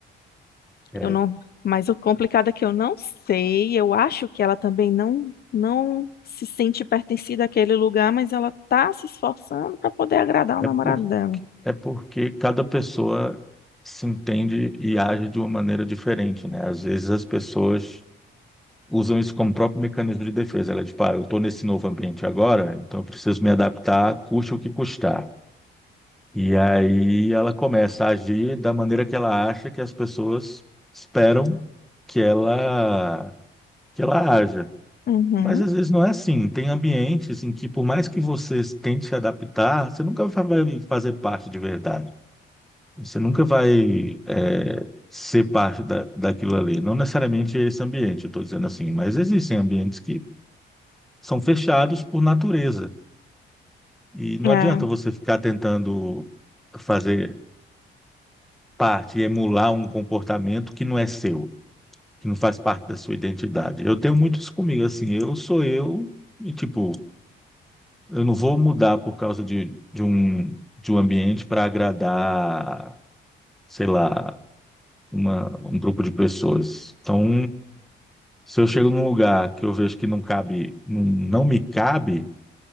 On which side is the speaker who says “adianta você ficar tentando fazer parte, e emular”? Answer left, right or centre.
Centre